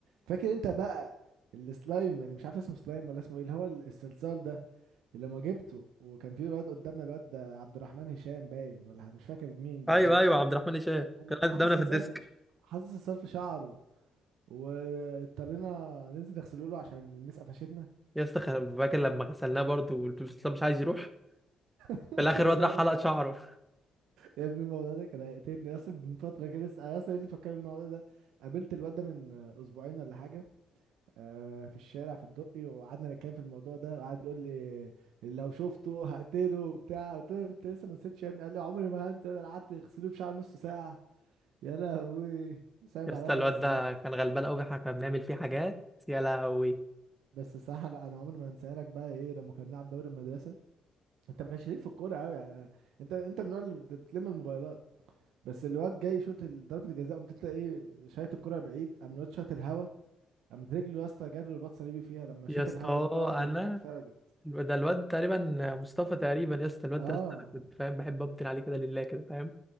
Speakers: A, on the right; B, in the centre.
A: فاكر انت بقى السلايم اللي مش عارف اسمه سلايم ولا اسمه ايه اللي هو ال- الصلصال ده اللي لما جبته وكان في واد قدامنا الواد ده عبد الرحمن هشام باين ولا مش فاكر مين بالظبط
B: ايوه ايوه عبد الرحمن هشام
A: قمت
B: كان قاعد
A: حاطط
B: قدامنا
A: الصلصال
B: في الديسك
A: في حاطط الصلصال في شعره واضطرينا ننزل نغسله له عشان المسقه فشتنا
B: يا اسطى كان- فاكر لما غسلناه برضه والبروفيسور اسلام مش عايز يروح
A: <laughs>
B: في الاخر
A: يا
B: الواد
A: لهوي.
B: راح حلق شعره
A: يا ابني الموضوع ده كان هيقتلني يا اسطى من فترة كده لسه يا اسطى ايه اللي فكرني الموضوع ده قابلت الواد ده من آه، اسبوعين ولا حاجة آه، في الشارع في الدقي وقعدنا نتكلم في الموضوع ده وقعد يقول لي لو شفته هقتله وبتاع قلت له انت لسه ما نسيتش يا ابني قال لي عمري ما هنسى ده انا قعدت اغسله في شعر نص ساعة يا لهوي صعب
B: يا اسطى
A: عليا
B: الواد
A: قوي الصراحة
B: ده كان غلبان قوي احنا كنا بنعمل فيه حاجات يا لهوي
A: بس الصراحة لا انا عمري ما هنساها لك بقى ايه لما كنا بنلعب دوري المدرسة انت ما كانش ليك في الكورة قوي يعني انت انت من النوع اللي بت- بتلم الموبايلات بس الواد جاي يشوط ال- ضربة الجزاء قمت انت ايه شايط الكرة بعيد قام الواد شاط الهوا قامت رجله يا اسطى جات له رباط صليبي فيها لما
B: يا
A: شاط
B: اسطى
A: الهوا مرة واحدة
B: انا
A: ركبته اتفردت
B: الواد- ده الواد تقريبا مصطفى تقريبا يا اسطى الواد
A: اه
B: ده يا اسطى أنا كنت فاهم بحب ابدل عليه كده لله كده فاهم